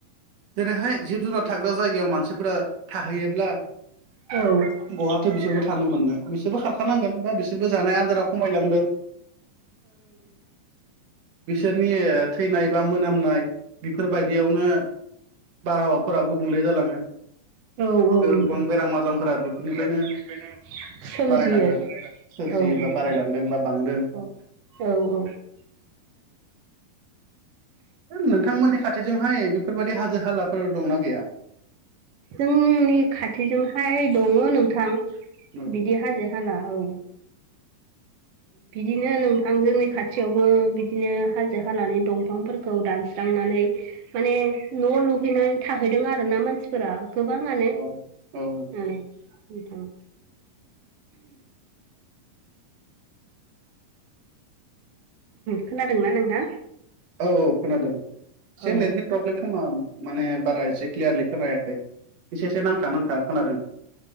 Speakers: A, on the right; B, on the right.
A: दिनैहाय जिब जुनार थाग थाग्रा जायगायाव मानसिफोरा थाहैयोब्ला
B: औ
A: बहाथो बिसोरबो
B: औ नोंथां
A: थानो मोनो बिसोरबो खारखानांगोन दा बिसोरबो जानाय आदारा खमायलांदों बिसोरनि थैनाय बा मोनामनाय बेफोरबायदियावनो बारहावाफोरा गुबुंले जालाङो
B: औ
A: गोबां
B: औ
A: बेराम आजारफोरा
B: नोंथां
A: बेफोरनिफ्रायनो
B: सोमजियो औ
A: बारायलांदों
B: नोंथां
A: सोरजियो
B: औ
A: बा बारायलांदों बा बांदों
B: औ औ
A: नोंथांमोननि खाथिजोंहाय बेफोरबायाददि हाजो हालाफोर दंनाा गैया
B: जोंनि खाथिजोंहाय दङ नोंथां
A: औ
B: बिदि हाजो हाला औ बिदिनो नोंथां जोंनि खाथियावबो बिदिनो हाजो हालानि दंफांफोर दानस्रांनानै माने न' लुहैनानै थाहैदों आरोना मानसि फोर गोबाङानो
A: औ औ
B: ओ नोंथां खोनादोंना नोंथां
A: औ खोनादों एसे
B: औ
A: नेटनि प्रब्लेम खोमा माने बारा एसे क्लियारलि खोनायाखै एसे एसे नांथा नांथा खोनादों